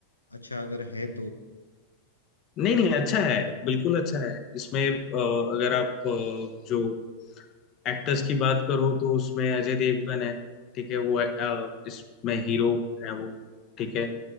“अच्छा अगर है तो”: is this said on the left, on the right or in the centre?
Left